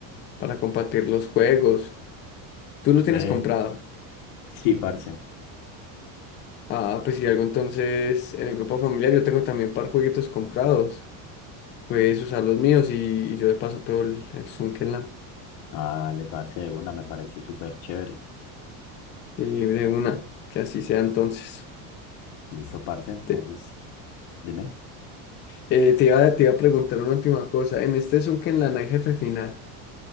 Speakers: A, on the left; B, on the left.
A: para compartir los juegos. Tú lo tienes
B: Ve,
A: comprado.
B: sí, parce.
A: Ah, pues si algo entonces en el grupo familiar yo tengo también par jueguitos comprados. Puedes usar los míos y, y yo de paso pruebo el, el Zunkenland.
B: Dale, parce, de una, me parece súper chévere.
A: Sí, de una, que así sea entonces.
B: Listo, parce. Entonces,
A: Te,
B: dime,
A: eh, te iba, te iba a preguntar una última cosa. En este Zunkenland hay jefe final.